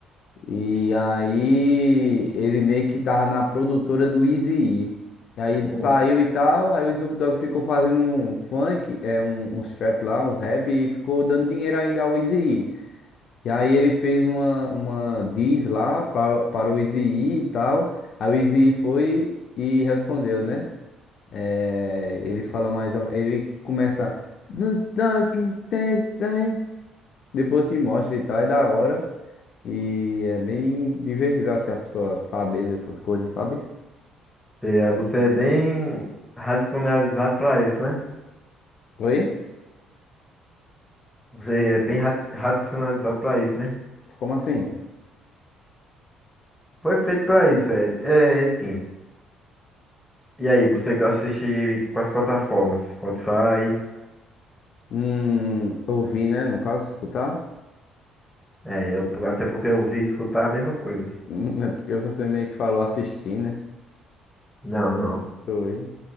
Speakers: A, on the left; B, in the centre.
A: E aí ele meio que tava na produtora do Eazy-E. E aí ele
B: Hum.
A: saiu e tal, aí o Snoop Dogg ficou fazendo um funk, é um, um strap lá, um rap, e ficou dando dinheiro ainda ao Eazy-E. E aí ele fez uma, uma diss lá pra, para o Eazy-E e tal. Aí o Eazy-E foi e respondeu, né? É, ele fala mais. ou- Ele começa. "No talking test, eh", Depois te mostra e tal, é da hora. E é bem divertido assim a pessoa saber dessas coisas, sabe?
B: Sei, aí você é bem radicalizado pra isso, né?
A: Oi?
B: Você é bem ra- radicionalizado pra isso, né?
A: Como assim?
B: Foi feito pra isso, é, é, é sim. E aí, você assiste em quais plataformas? Spotify?
A: Hum, ouvir, né? No caso, escutar? <laughs>
B: É, eu, até porque eu ouvi escutar a mesma coisa.
A: Hum, É porque você meio que falou assistir, né?
B: Não, não.
A: Oi.